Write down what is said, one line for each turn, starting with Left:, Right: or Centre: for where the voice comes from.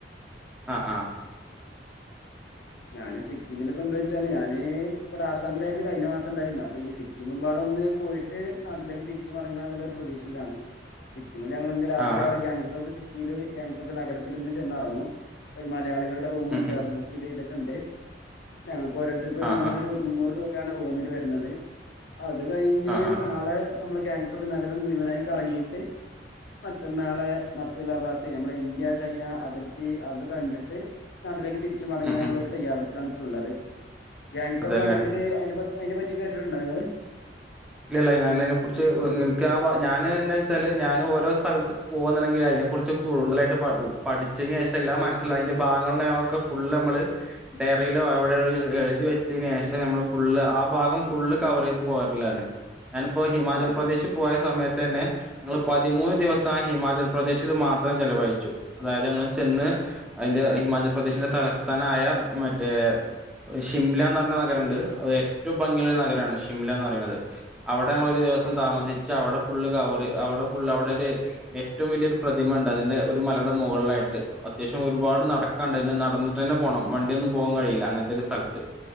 Centre: ആ ആ
Left: ഞാന് സിക്കിമിലിപ്പോ എന്താവെച്ചല്ലേ ഞാന് ഇവിടെ ആസാമിലായിരുന്നു കഴിഞ്ഞ മാസണ്ടായിരുന്ന അപ്പൊ ഈ സിക്കിംപാടെ ഒന്ന് പോയിട്ട് നാട്ടിലേക്ക് തിരിച്ച് മടങ്ങ എന്നുള്ള ഒരു പ്രതീക്ഷയിലാണ്. സി ക്കിംമിലെ ഞങ്ങൾ ഇന്ന് രാത്രി
Centre: ആ
Left: അവിടെ ഗാങ്ടോക്ക് സിറ്റിലെ ഗാങ്ടോക് നഗരത്തിൽ ഇന്ന് ചെന്നറങ്ങും. ഒരു മലയാളി കളുടെ റൂമുണ്ട്
Centre: ഉം ഉം
Left: അത് ബുക്ക് ചെയ്തിട്ടുണ്ട്. ഞങ്ങക്ക് ഓരോരുത്തർക്ക് ഒരു
Centre: ആ
Left: മൂ
Centre: ആ
Left: മുന്നൂറ് രു പയാണ് റൂമന് വരുന്നത്. അത് കഴിഞ്ഞ്
Centre: ആ ആ ആ
Left: നാളെ നമ്മള് ഗാങ്ടോക്ക് നഗരം ഒന്ന് മുഴുവനായി കറങ്ങയിട്ട് മറ്റന്നാളെ നാത്തൂല പാസ്സ് നമ്മള ഇന്ത്യ ചൈന അതിർത്തി അത് കണ്ടിട്ട് നാട്ടിലേക്ക് തി തിരിച്ച മടങ്ങാനുള്ള
Centre: ഉം ഉം
Left: ഒരു തയ്യാറെടുപ്പിലാണ് ഇപ്പോ ഉള്ളത്. ഗാങ്ടോക്
Centre: അതെല്ലേ
Left: നഗരത്തിലെ അതിനെ പ അതിനെ പറ്റി കേട്ടിട്ടുണ്ടോ നിങ്ങള്
Centre: ഇല്ലല്ല ഞാനതിനെ കുറിച്ച് എനിക്കാ ഞാന് എന്താ വെച്ചാല് ഞൻ ഓരോ സ്ഥലത്തക്ക് പോകണ്ടെങ്കി അയി അതിനെ കുറിച്ച് കൂടുതലായിട്ട് പ പഠിച്ചതിന് ശേഷം എല്ലാം മനസ്സിലായി അതിന്റെ ഭാഗങ്ങളും കാര്യങ്ങളൊക്കെ ഫുള്ള് നമ്മള് ഡയറിയിലോ എവിടെ എഴുതി വെച്ചതിന് ശേഷം നമ്മള് ഫുള്ള് ആ ഭാഗം ഫുള്ള് കവർ ചെയ്ത് പോകറില്ലാണ് ഞാനിപ്പോ ഹിമാചൽ
Left: ആഹ്
Centre: പ്രദേശ് പോയ സമയ തന്നെ ഞങ്ങൾ പതിമൂന്ന് ദിവസം ആ ഹിമാചൽ പ്രദേശിൽ മാത്രം ചെലവഴിച്ചു അതായത് ഞങ്ങൾ ചെന്ന് അതിന്റെ ഹിമാചൽ പ്രദേശിന്റെ തലസ്ഥാനായ മറ്റേ ഷിംല എന്ന് പറഞ്ഞ നഗരം ഉണ്ട് അത് ഏറ്റവും ഭംഗിയുള്ള ഒരു നഗരമാണ് ഷിംലന്ന് പറയണത് അവിടെ ഞങ്ങള് ഒരു ദിവസം താമസിച്ച് അവിടെ ഫുള്ള് കവർ അവിടെ ഫുൾ അവിടെ ഒരു ഏറ്റവും വലിയൊരു പ്രതിമ ണ്ട് അതിന്റെ ഒരു മലയുടെ മുകളിലായിട്ട് അത്യാവശ്യം ഒരുപാട് നടക്കാണ്ട് അതിന്റെ നടന്നിട്ട് തന്നെ പോണം വണ്ടിയൊന്നും പോ പോകാൻ വഴിയില്ല അങ്ങനത്തെ ഒരു സ്ഥലത്ത്